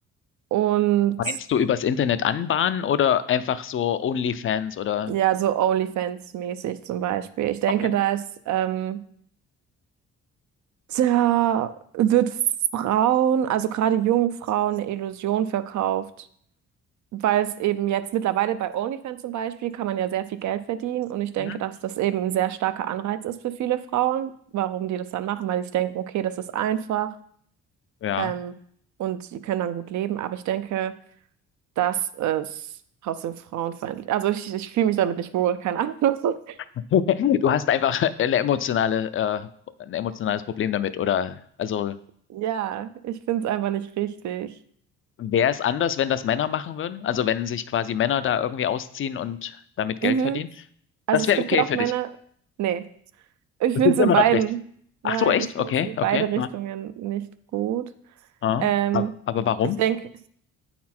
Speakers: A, on the right; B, on the left.
A: Und
B: Meinst du übers Internet anbahnen oder einfach so OnlyFans oder?
A: ja, so OnlyFans-mäßig zum Beispiel. Ich denke,
B: Okay.
A: da ist, ähm, da wird Frauen, also gerade jungen Frauen, eine Illusion verkauft weil es eben jetzt mittlerweile bei OnlyFans zum Beispiel kann man ja sehr viel Geld verdienen und ich denke,
B: Mhm.
A: dass das eben ein sehr starker Anreiz ist für viele Frauen, warum die das dann machen, weil ich denke, okay, das ist einfach
B: Ja.
A: ähm, und die können dann gut leben, aber ich denke, das ist trotzdem frauenfeindlich. Also ich, ich fühle mich damit nicht wohl, keine Ahnung. <laughs>
B: <laughs> Du hast einfach eine emotionale, äh, ein emotionales Problem damit oder also
A: Ja, ich finde es einfach nicht richtig.
B: wäre es anders, wenn das Männer machen würden? Also wenn sich quasi Männer da irgendwie ausziehen und damit Geld
A: Mhm.
B: verdienen?
A: Also
B: Das
A: es
B: wäre
A: gibt
B: okay
A: ja
B: für
A: auch Männer.
B: dich.
A: Nee, ich
B: Das
A: finde
B: ist
A: es in
B: immer
A: beiden.
B: noch schlecht.
A: Nein,
B: Ach so, echt?
A: ich finde
B: Okay,
A: es in
B: okay.
A: beide Richtungen nicht gut.
B: Ah,
A: Ähm,
B: Aber aber warum?
A: ich denke,